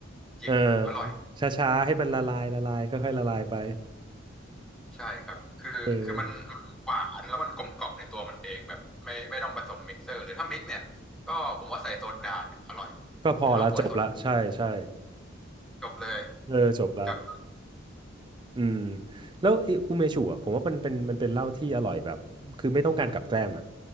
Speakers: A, in the centre; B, on the right.
A: จิบอร่อย
B: เออช้าๆให้มันละลายละลายค่อยๆละลายไป
A: ใช่ครับ คือคือมันมันหวานแล้วมันกลมกล่อมในตัวมันเองแบบไม่ไม่ต้องผสมมิกเซอร์หรือถ้ามิกเนี่ยก็ผมว่าใส่โซดาเนี่ยอร่อย
B: เออก็พอละจบละใช่ใช่
A: เป็นเหล้าบ๊วยสดจบเลย
B: เออจบละ
A: จาก
B: อืมแล้วไอ้อูเมชัวผมว่ามันเป็นมันเป็นเหล้าที่อร่อยแบบคือไม่ต้องการกับแกล้มอ่ะ